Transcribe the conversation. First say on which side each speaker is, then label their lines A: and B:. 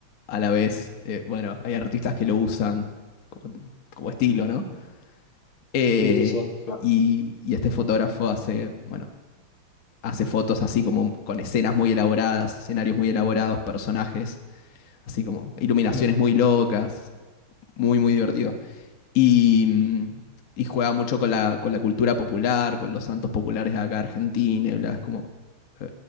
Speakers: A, on the left (about 50°); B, on the left (about 80°).
A: a la vez, eh, bueno, hay artistas que lo usan como, como estilo, ¿no? Eh,
B: Sí, sí, sí. claro.
A: y, y este fotógrafo hace, bueno, hace fotos así como con escenas muy elaboradas, escenarios muy elaborados, personajes así como iluminaciones
B: Mm,
A: muy locas, muy, muy divertido. Y, mm, y juega mucho con la, con la cultura popular, con los santos populares de acá de Argentina, y bla, es como, eh,